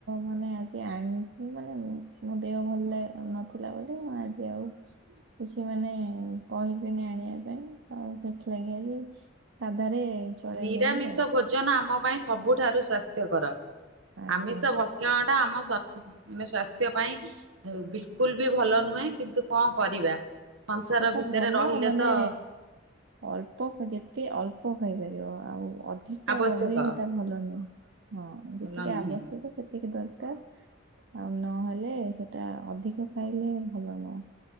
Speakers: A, on the right; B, on the right.
A: ମାନେ ଆଜି ଆଣନଥିଲି ମାନେ ମୁଁ ମୋ ଦେହ ଭଲ ନଥିଲା ବୋଲି ମୁଁ ଆଜି ଆଉ କିଛି ମାନେ କହିିଲିନି ଆଣିବା ପାଇଁ ଆଉ ସେଥିଲାଗି ଆଜି ସାଧାରେ ଚଳେଇଦେଲୁ
B: ନିରାମିଷ
A: ଆଉ
B: ଭୋଜନ ଆମ ପାଇଁ ସବୁଠାରୁ ସ୍ୱାସ୍ଥ୍ୟକର
A: ଆଜ୍ଞା
B: ଆମିଷ ଭ ଭକ୍ଷଣ ଟା ଆମ ସଥ ମାନେ ସ୍ଵାସ୍ଥ୍ୟ ପାଇଁ ବିଲକୁଲ୍ ବି ଭଲ ନୁହେଁ। କିନ୍ତୁ କଣ କରିବା ସଂସାର
A: ସେଟା
B: ଭିତରେ
A: ଭଲ
B: ରହିଲେ
A: ମାନେ
B: ତ
A: ଅଳ୍ପ କେତେତେ ଅଳ୍ପ ଖାଇପାରିବ ଆଉ ଅଧି ଅଧିକ
B: ଆବଶ୍ୟକ
A: ବି ଟା ଭଲ ନୁହଁ ହଁ
B: ଭଲ
A: ଯେତିକି
B: ନୁହେଁ।
A: ଆବଶ୍ୟକ ସେତ୍ ସେତିକି ଦରକାର ଆଉ ନହେଲେ ସେଟା ଅଧିକ ଖାଇଲେ ଭଲ ନୁହଁ।